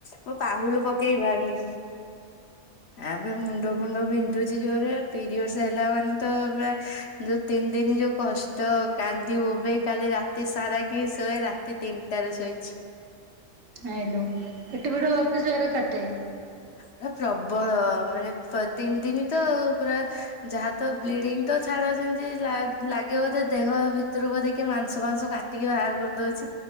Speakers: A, on the left; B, on the right.
A: ମୁଁ ପାହୁଲୁ ପକେଇପାରୁନି।
B: <inaudible>
A: ଆପରେ ମୁଣ୍ଡ ଫୁଣ୍ଡ ବିନ୍ଧୁଛି ଜୋରେ ପିରିୟଡସ୍ ହେଲା ମାନେ ତ ପୁରା ଯୋଉ ତିନି ଦିନ ଯୋଉ କଷ୍ଟ କାନ୍ଦି ବୋବେଇ କାଲି ରା ରାତି ସାରା କି ଶୋଏ ରାତି ତିନିଟାରେ ଶୋଇଚି।
B: ଆଇଲୁ ପେଟ ଫେଟ ଅତି ଜୋରେ କାଟେ
A: ପୁରା ପ୍ରବଳ ମାନେ ତିନି ଦିନି ତ ଆଉ ପୁରା ଯାହା ତ ବ୍ଲିଡିଙ୍ଗ ତ ଛାଡ ଯେମତି ଲାଗେ ବୋଧେ ଦେହ ଭିତରୁ ବୋଧେ କିଏ ମାଂସ ମାଂସ କା ଟିକି ବାହାର କରିଦଉଛି।